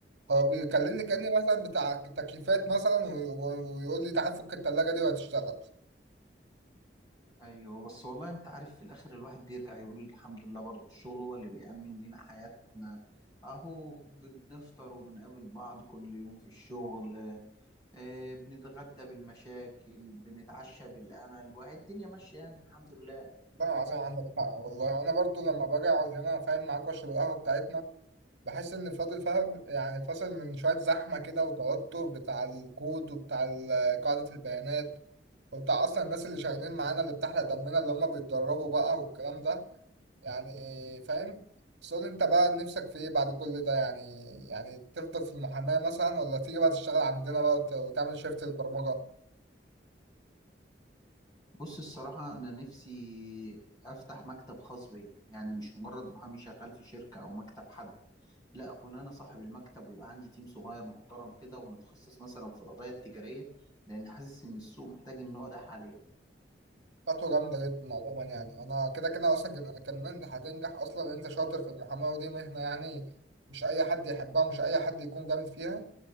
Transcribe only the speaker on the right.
هو بيكلمني كأني
مثلا بتاع تكييفات مثلا و- و- ويقول لي تعال فك التلاجة دي وهتشتغل
لا عظيم عندك حق والله انا برضو لما باجي اقعد هنا فاهم معاك واشرب القهوه بتاعتنا بحس ان فاضل فاهم يعني فاصل من شويه زحمه كده وتوتر بتاع الكود وبتاع ال- قاعده البيانات وبتاع اصلا الناس اللي شغالين معانا اللي بتحرق دمنا اللي هم بيتدربوا بقى والكلام ده يعني فاهم بس قول انت بقى نفسك في ايه بعد كل ده يعني يعني تفضل في المحاماه مثلا ولا تيجي بقى تشتغل عندنا بقى وت- وتعمل شيفت للبرمجه
خطوة جامدة جدا عموما يعني أنا كده كده أصلا كان يعني كان إن أنت هتنجح أصلا إن أنت شاطر في المحاماة ودي مهنة يعني مش أي حد يحبها ومش أي حد يكون جامد فيها